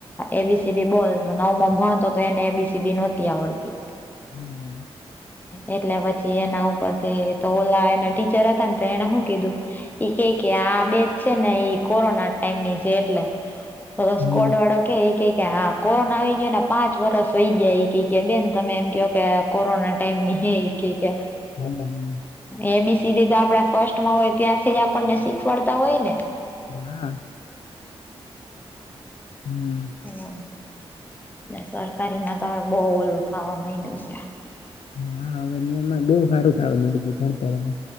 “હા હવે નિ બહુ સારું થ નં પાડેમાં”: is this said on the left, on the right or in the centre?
Left